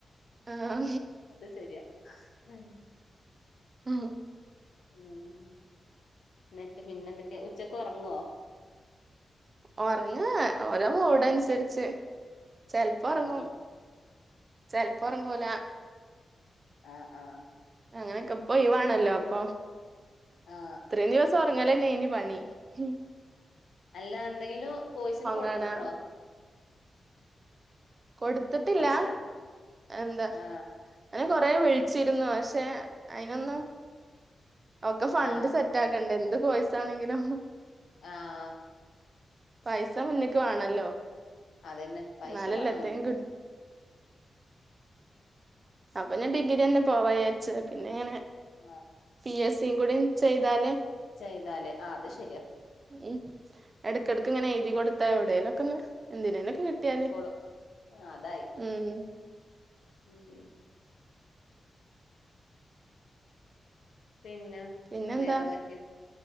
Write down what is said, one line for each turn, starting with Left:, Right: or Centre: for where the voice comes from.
Right: ആഹ്
Left: അത് ശരിയാ ഉം
Right: ആ
Left: ഉം ന്നിട്ട് പിന്നെന്തൊക്കെ ഉച്ചക്ക് ഒറങ്ങോ
Right: ഒറങ്ങാ ഓരോ മൂട് അൻസരിച്ച് ചെൽപ്പോ ഒറങ്ങും
Left: ആഹ്
Right: ചെൽപ്പോ ഒറങ്ങൂല
Left: ആ ആ
Right: അങ്ങനൊക്കെ പ്പൊ ഒഴിവാണല്ലോ അപ്പൊ
Left: ആഹ്
Right: ഇത്രയും ദിവസം ഉറങ്ങാലല്ലേ അന് പണി ഉം
Left: അല്ല എന്തെങ്കിലും കോഴ്സിന് കൊടുത്തക്കണോ
Right: കാണാ കൊടുത്തിട്ടില്ല
Left: കോഴ്സിന്
Right: എന്താ
Left: ആഹ്
Right: എ കുറേ വിളിച്ചിരുന്നു പക്ഷേ പക്ഷേ അയിനൊന്നും ഒക്കെ ഫണ്ട്
Left: ആഹ്
Right: സെറ്റ് ആക്കണ്ടേ എന്ത് കോഴ്സാണെങ്കിലും
Left: ആഹ്
Right: പൈസ മുന്ന്ക്ക് വാണല്ലോ
Left: അതന്നെ പൈസ
Right: എന്നാലല്ലേ
Left: വേണം
Right: എത്തേം
Left: ഒന്ന്
Right: ഉം അപ്പോ ഞാൻ ഡിഗ്രി തന്നെ പോണം അവായൻ ചെ പിന്നെങ്ങെ
Left: ആ
Right: പി എസ് <unintelligible> ചെയ്താലേ
Left: ചെയ്താലേ ആ അത് ശരിയാ
Right: ഉം എടക്കിടക് ഇങ്ങനെ എഴുതി കൊടുത്താ എവിടെലക്കൊന്ന് എന്തിനേനൊക്കെ കിട്ടിയാല്
Left: കിട്ടിക്കോളും ആ അതായി
Right: ഉം
Left: ഉം ല്ലേയ് പിന്നെ
Right: പിന്നെന്താ
Left: വേറെന്തൊക്കെ